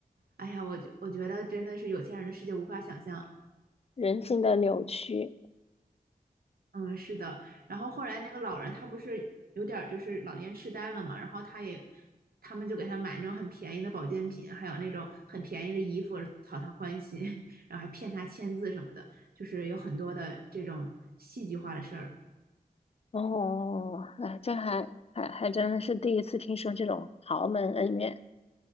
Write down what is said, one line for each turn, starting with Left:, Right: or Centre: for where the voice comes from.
Right: 哎呀，我觉我觉得真的是有钱人的世界无法想象。
Left: 人性的扭曲。
Right: 嗯，是的。然后后来那个老人他不是有点儿就是老年痴呆了嘛，然后他也，他们就给他买那种很便宜的保健品，还有那种很便宜的衣服，讨他欢心，<laughs> 然后还骗他签字什么的，就是有很多的这种戏剧化的事儿。
Left: 哦，哎，这还还还真的是第一次听说这种豪门恩怨。